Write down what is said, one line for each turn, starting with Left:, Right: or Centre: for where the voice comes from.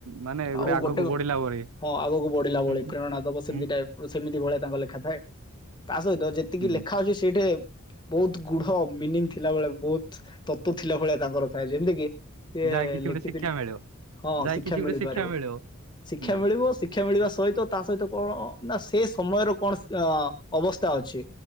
Right: ମାନେ
Left: <inaudible> ଆଉ
Right: ଆଗକୁ
Left: ଗୋଟେ
Right: ବଢିଲା ପରେ
Left: ହଁ ଆଗକୁ ବଢିଲା
Right: ହୁଁ
Left: ଭଳି ପ୍ରେରଣା ଦବ ସେମିତି
Right: ହୁଁ
Left: ଟାଇପ୍ ର ସେମିତି ଭଳିଆ ତାଙ୍କ ଲେଖା ଥାଏ ତା ସହିତ ଯେତିକି
Right: ହୁଁ
Left: ଲେଖା ଅଛି ସେଇଠି ବହୁତ ଗୁଢ ମିନିଙ୍ଗି ଥିଲା ବେଳେ ବହୁତ ତତ୍ଵ ଥିଲା ଭଳିଆ ତାଙ୍କର ଯେମିତିକି ସିଏ
Right: ଯାହା କିଛି
Left: ଲେଖିଥିଲେ
Right: ଗୋଟେ ଶିକ୍ଷା ମିଳିବ
Left: ହଁ
Right: ଯାହା
Left: <inaudible> ଶିକ୍ଷା
Right: କିଛି ଗୋଟେ
Left: ମିଳିପାରିବ
Right: ମିଳିବ।
Left: ଶିକ୍ଷା
Right: ହୁଁ
Left: ମିଳିବ ଶିକ୍ଷା ମିଳିବା ସହିତ ତା ସହିତ କଣ? ନା ସେ ସମୟର କଣ ଅ-ଅବସ୍ଥା ଅଛି।